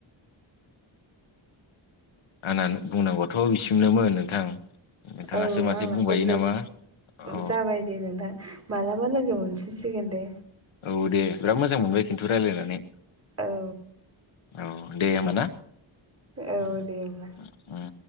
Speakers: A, on the left; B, on the right.
A: आंना बुंनांगौथ' बिसिमनोमोन नोंथां नोंथाङासो
B: औ
A: मासे
B: आंनाबो
A: बुंबायो
B: जोब
A: नामा अ
B: जाबाय दे नोंथां मालाबा लोगो मोनफिनसिगोन दे
A: औ दे बिराद मोजां मोनबाय खिन्थु रायलायनानै
B: औ
A: औ दे होमबा ना।
B: औ
A: उम
B: दे होमबा।
A: उम